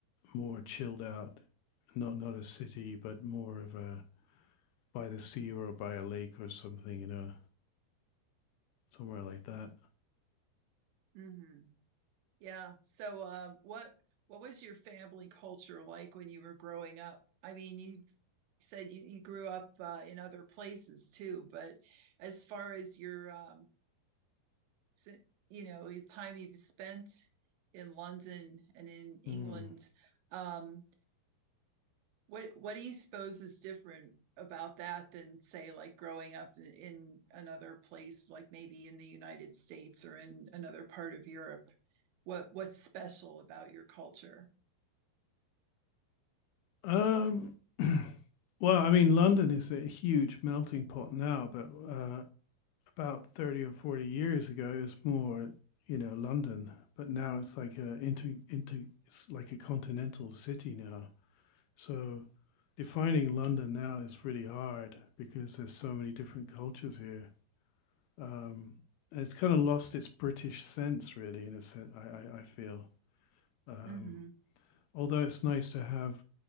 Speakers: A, on the left; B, on the right.
A: more chilled out, not not a city, but more of a by the sea or by a lake or something, you know, somewhere like that.
B: hmm Yeah. So, uh, what what was your family culture like when you were growing up? I mean, you said you, you grew up uh, in other places too, but as far as your um, si- you know, the time you've spent in London and in England.
A: Mm.
B: Um, what what do you suppose is different about that than say like growing up in another place, like maybe in the United States or in another part of Europe? what what's special about your culture?
A: Um, <clears throat> well, I mean, London is a huge melting pot now, but uh, about 30 or 40 years ago, it was more, you know, London, but now it's like a inter, inter it's like a continental city now. So defining London now is really hard because there's so many different cultures here. Um, and it's kind of lost its British sense, really, in a sense, I, I, I feel. Um,
B: Mhm.
A: although it's nice to have